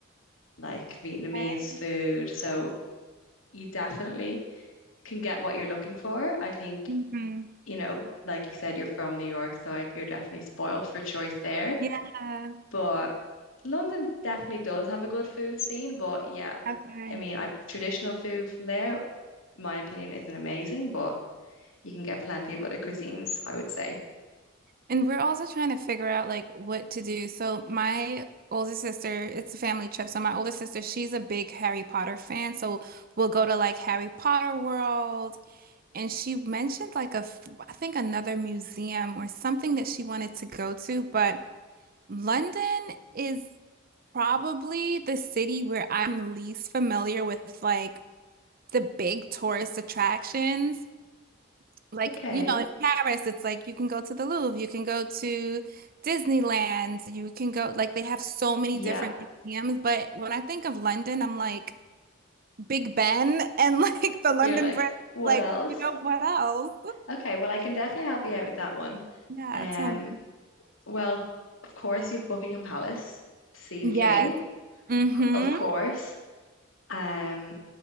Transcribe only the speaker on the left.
like Vietnamese
food. So you definitely can get what you're looking for. I think,
you know, like you said, you're from New York, so I, you're definitely spoiled for choice there.
But London definitely does have a good food scene, but yeah,
I mean, I, traditional food from there, my opinion, isn't amazing, but you can get plenty of other cuisines, I would say.
Okay,
yeah,
you're like,
what
else?
Okay, well, I can definitely help you out with that one.
Um,
well, of course, you've Buckingham Palace to see
the King,
of course. Um,